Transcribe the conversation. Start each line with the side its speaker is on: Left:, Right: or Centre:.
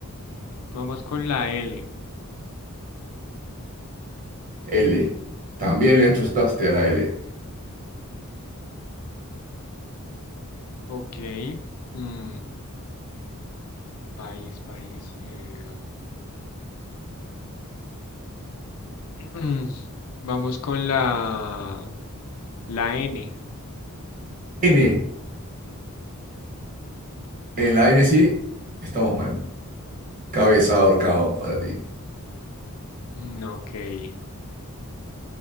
Left: Vamos con la L.
Right: L. También le ajustaste a la L.
Left: Ok. mm, país, país. em. Mm, Vamos con la, la N.
Right: N. En la N sí, estamos mal. Cabeza de ahorcado para ti.
Left: Mm, ok.